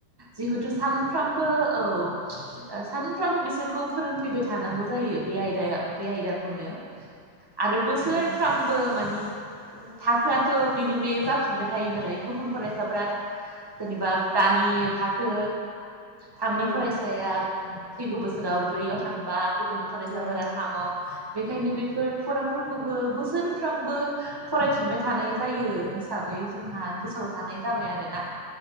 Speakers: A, on the right; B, on the right.
A: जिहेतु सानफ्रामबो औ सानफ्रामबो बिसोरखौ फोरोंफैबाय थानांगौ जायो बे आयदाया बे आयदाखौनो। आरो बोसोरफ्रामबो
B: औ
A: मानि। थाखोआथ' बेनो बे जाफिनबाय थायो नालाय गुबुन फरायसाफोरा। जेनेबा दानि थाखो। थामनि
B: औ
A: फरायसाया फैगौ बोसोराव ब्रैयाव थांबा गुबुन। फरायसाफोरा
B: औ
A: थामाव बेखायनो बेफोर फराफोरखौबो बोसोरफ्रामबो। फरायफिनबाय थानाय जायो हिसाबै जोंहा गोसोआव थानाय जाबाय आरो ना।